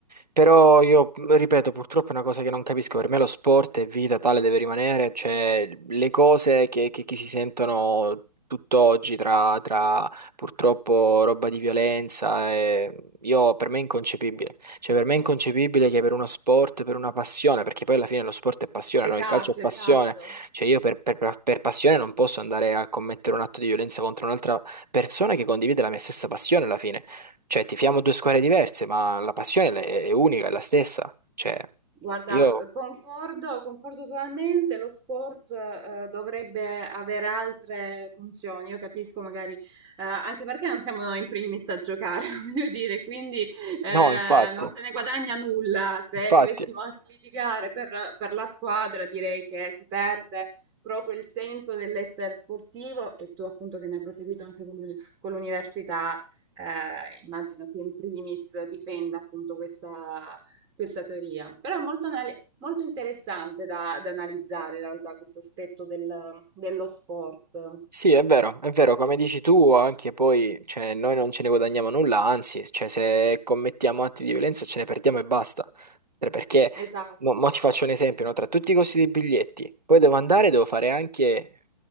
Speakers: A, on the right; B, on the right.
A: Però io ripeto, purtroppo è una cosa che non capisco. Per me lo sport è vita, tale deve rimanere. Cioè, le cose che, che, che si sentono tutt'oggi tra, tra purtroppo roba di violenza, e- io, per me è inconcepibile. Cioè, per me è inconcepibile che per uno sport, per una passione, perché poi alla fine lo sport è passione,
B: Esatto,
A: no? Il calcio è passione.
B: esatto.
A: Cioè, io per, per per passione non posso andare a commettere un atto di violenza contro un'altra persona che condivide la mia stessa passione alla fine. Cioè, tifiamo due squadre diverse, ma la passione è, è unica, è la stessa. Cioè,
B: Guarda,
A: io...
B: eh, concordo, concordo totalmente, lo sport eh, dovrebbe avere altre funzioni, io capisco magari, eh, anche perché non siamo in primis a giocare, <laughs> voglio dire, quindi eh,
A: No, infatti,
B: non No. se ne guadagna nulla se
A: infatti.
B: dovessimo anche litigare per, per la squadra, direi che si perde proprio il senso dell'essere sportivo e tu appunto che ne hai proseguito anche con l'uni- con l'università, eh, immagino che in primis difenda appunto questa questa teoria, però è molto, anali- molto interessante da, da analizzare in realtà questo aspetto del- dello sport.
A: Sì, è vero, è vero, come dici tu, anche poi, cioè, noi non ce ne guadagniamo nulla, anzi, cioè, se commettiamo atti di violenza ce ne perdiamo e basta. Cioè, Perché,
B: Esatto.
A: mo, mo ti faccio un esempio, no? Tra tutti i costi dei biglietti, poi devo andare, devo fare anche,